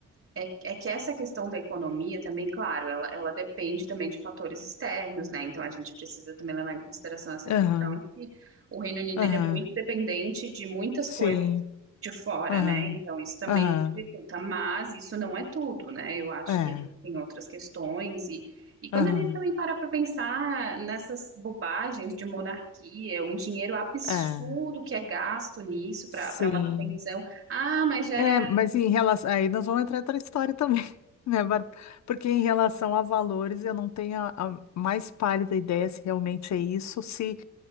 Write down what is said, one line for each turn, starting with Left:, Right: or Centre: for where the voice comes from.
Right: É, é que essa questão da economia também, claro, ela, ela depende também de fatores externos, né? Então a gente precisa também levar em consideração essa
Left: Aham,
Right: questão de que o Reino Unido
Left: aham,
Right: ele é muito dependente de muitas
Left: sim,
Right: coisas de fora,
Left: aham,
Right: né? Então isso também
Left: aham,
Right: dificulta, mas isso não é tudo, né? Eu acho
Left: é,
Right: que tem outras questões e, e quando
Left: aham,
Right: a gente também para para pensar nessas bobagens de monarquia, um dinheiro absurdo
Left: é,
Right: que é gasto nisso para
Left: sim.
Right: para manutenção, ah, mas gera
Left: É, mas em relação. Aí nós vamos entrar em outra história também, <laughs> né, Bárbara? Porque em relação a valores, eu não tenho a, a mais pálida ideia se realmente é isso, se